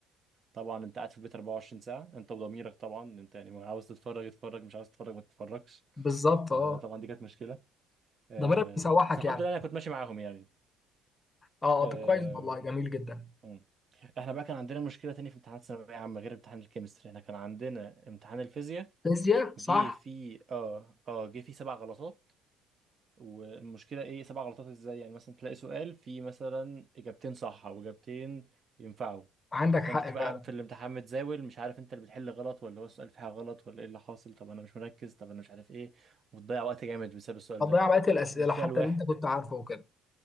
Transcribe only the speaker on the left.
بالظبط
اه
ده مرة بيسوحك
يعني
اه
اه طب كويس والله جميل جدا
فيزياء صح
عندك
حق
فعلا
هتضيع
بقية الأسئلة
حتى
اللي أنت كنت عارفه وكده